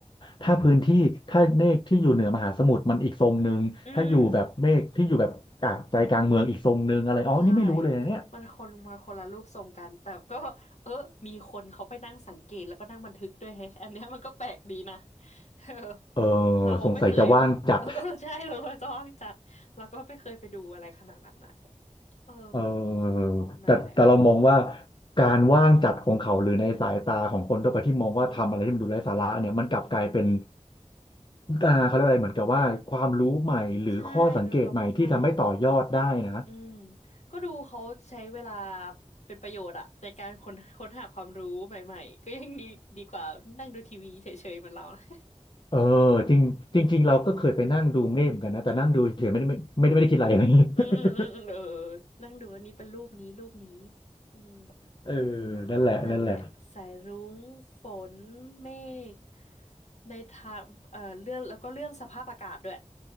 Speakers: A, on the left (about 40°); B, on the left (about 65°).
A: ถ้าพื้นที่ถ้าเมฆที่อยู่เหนือมหาสมุทรมันอีกทรงหนึ่งถ้าอยู่แบบเมฆที่อยู่แบบกลางใจกลางเมืองอีกทรงหนึ่งอะไรอ๋อนี่ไม่รู้เลยนะเนี่ย
B: อืมใช่มันคนมาคนละรูปทรงกันแต่ก็เออมีคนเขาไปนั่งสังเกตแล้วก็นั่งบันทึกด้วยแฮะอันเนี้ยมันก็แปลกดีนะ <laughs> เออ
A: เออ
B: เราไม่เคย
A: สงสัยจะว่างจัด
B: <laughs> เออเออใช่เราจะว่างจัดเราก็ไม่เคยไปดูอะไรขนาดนั้นนะเออ
A: เออ
B: นั่นแหละ
A: แต่แต่เรามองว่าการว่างจัดของเขาหรือในสายตาของคนทั่วไปที่มองว่าทำอะไรที่มันดูไร้สาระเนี่ยมันกลับกลายเป็น
B: อืมอืม
A: อ่าเขาเรียกว่าอะไรเหมือนกับว่าความรู้ใหม่หรือข้อสังเกตใหม่ที่ทำให้ต่อยอดได้นะ
B: ใช่เป็นความรู้ใหม่ อืมก็ดูเขาใช้เวลาเป็นประโยชน์อะในการค้นค้นหาความรู้ใหม่ๆก็ยังดีดีกว่านั่งดูทีวีเฉยๆเหมือนเรานะ
A: เออจริงจริงๆเราก็เคยไปนั่งดูเมฆเหมือนกันนะแต่นั่งดูเฉยไม่ได้ไม่ไม่ได้ไม่ได้คิดอะไร <laughs>
B: <laughs> อืมอืมอืมอืมเออ
A: เ
B: นั่งดูอันนี้เป็นรูปนี้รูปนี้อืม
A: เอ <laughs> อนั่นแหละนั่นแหละ
B: นั่นแหละสายรุ้งฝนเมฆในทางเอ่อเรื่องแล้วก็เรื่องสภาพอากาศด้วย